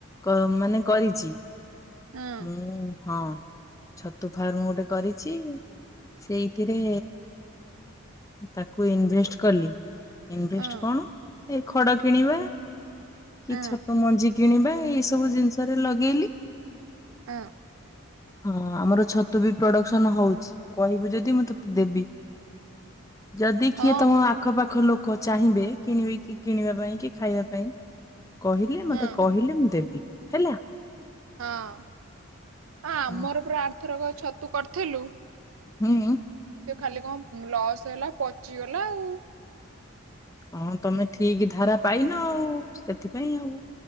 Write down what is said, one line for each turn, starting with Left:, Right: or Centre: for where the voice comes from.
Left: କ ମାନେ କରିଛି।
Right: ହଁ
Left: ମୁଁ ହଁ। ଛତୁ ଫାର୍ମ ଗୋଟେ କରିଛି। ସେଇଥିରେ ତାକୁ ଇନ୍ଭେଷ୍ଟ କଲି। ଇନଭେଷ୍ଟ
Right: ହଁ
Left: କଣ? ଏ ଖଡ଼ କିଣିବା କି
Right: ହଁ
Left: ଛତୁ ମଞ୍ଜି କିଣିବା ଏଇସବୁ ଜିନିଷରେ ଲଗେଇଲି।
Right: ଅଁ।
Left: ହଁ ଆମର ଛତୁ ବି ପ୍ରଡ଼କ୍ସନ ହୋଉଛି। କହିବୁ ଯଦି, ମୁଁ ତତେ ଦେବି। ଯଦି
Right: ହଁ
Left: କିଏ ତମ ଆଖପାଖ ଲୋକ ଚାହିଁବେ କିଣିବେ କି କିଣିବା ପାଇଁ କି ଖାଇବା ପାଇଁ କହିଲେ
Right: ହଁ
Left: ମତେ କହିଲେ ମୁଁ ଦେବି ହେଲା।
Right: ହଁ ଆ ଆମର
Left: ହଁ
Right: ପରା ଆର୍ ଥରକ ଛତୁ କରିଥିଲୁ
Left: ହୁଁ।
Right: ସେ ଖାଲି କଁ ଲସ୍ ହେଲା ପଚିଗଲା ଆଉ।
Left: ହଁ ତମେ ଠିକ୍ ଧାରା ପାଇନ ଆଉ ସେଥିପାଇଁ ଆଉ।